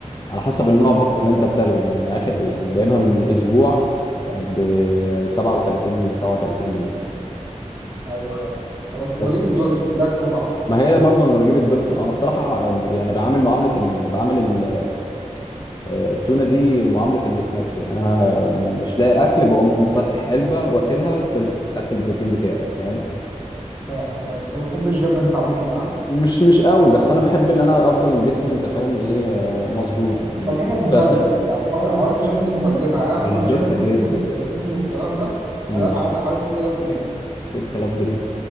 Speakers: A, on the left; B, on the right.
A: على حسب النوع
B: ايوه
A: برضه اللي انت بتاخده يعني انا اخر يعني جايبها من اسبوع كانت ب 37 37 جنيه
B: ايوه ايوه انا كنت
A: بس
B: بجيب الدولفين ده القطع
A: ما هي برضه انا بجيب الدولفين انا بصراحه يعني بعامل معامله ال... بعامل ال... آه، التونه دي معامله السناكس يعني انا م- مش لاقي اكل بقوم فاتح علبه واكلها وخلصت خدت البروتين بتاعي فاهم
B: فاهم فانت بتحب الجيم انت عموما
A: مش مش قوي بس انا بحب ان انا افضل جسمي انت فاهم ايه آه، مظبوط يعني
B: بس عموما مكلف
A: فاصح
B: يعني حوار- حوارات الجيم دي مكلفة يعني أنا مثلا
A: لفة
B: شاري البروتين
A: جدا
B: والكرياتين والكلام ده
A: امم
B: أنا دافع بتاع حوالي 6000 جنيه
A: 6000 جنيه